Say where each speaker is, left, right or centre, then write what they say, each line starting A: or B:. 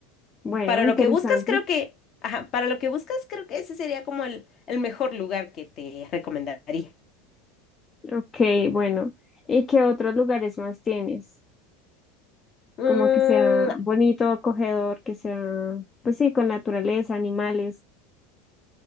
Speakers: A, on the left; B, on the left.
A: bueno,
B: Para
A: interesante.
B: lo que buscas, creo que, ajá, para lo que buscas, creo que ese sería como el, el mejor lugar que te recomendaría.
A: Okay, bueno. ¿Y qué otros lugares más tienes?
B: Mm,
A: Como que sea bonito, acogedor, que sea, pues sí, con naturaleza, animales.